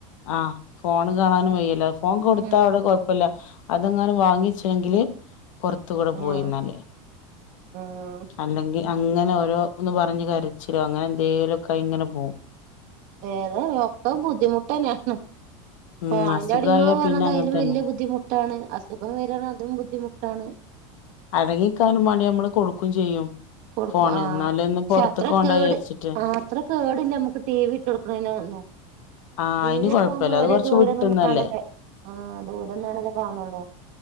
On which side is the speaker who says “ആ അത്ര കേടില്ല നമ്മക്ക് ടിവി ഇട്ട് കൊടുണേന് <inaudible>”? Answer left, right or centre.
Right